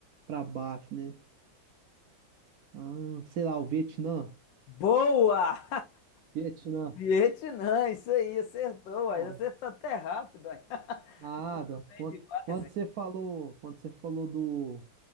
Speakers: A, on the right; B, on the left.
A: pra baixo, né? Ah, sei lá, o Vietnã.
B: Boa!
A: Vietnã.
B: Vietnã, isso aí, acertou,
A: Cara,
B: aí acertou até rápido, aí. <laughs>
A: nada.
B: Bem
A: Quando,
B: demais,
A: quando
B: hein?
A: você falou, quando você falou do,